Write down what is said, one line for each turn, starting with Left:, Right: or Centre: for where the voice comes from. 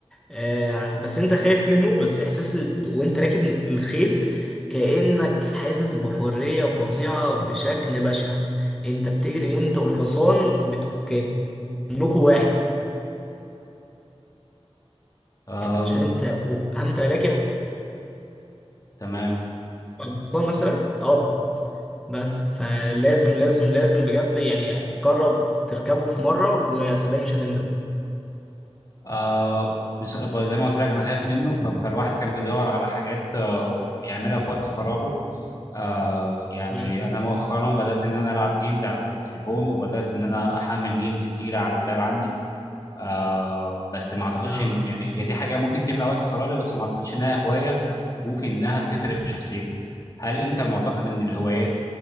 Centre: آه، ع- بس انت خايف منه بس احساس ال... وانت راكب الخيل كأنك حاسس بحرية فظيعة بشكل بشع انت بتجري انت والحصان بت... كأنكوا واحد
Left: أم
Centre: عشان انت و- اهم انت راكب
Left: تمام
Centre: على الحصان مثلا اه بس فلازم لازم لازم بجد يعني جرب تركبه في مرة وصدقني مش هتندم
Left: أه بس- زي ما قلت لك أنا خايف منه ف- فالواحد كان بيدور على حاجات آه، يعملها في وقت فراغه أه يعني
Centre: مم.
Left: أنا مؤخرا بدأت إن أنا ألعب جيمز على التليفون وبدأت إن أنا أحمل جيمز تقيلة على اللاب عندي آه بس ما اعتقدش
Centre: اه
Left: إن- يعني هي دي حاجه ممكن تملى وقت فراغي بس ما اعتقدش انها هوايه ممكن انها تفرق في شخصيتي هل انت معتقد ان الهوايات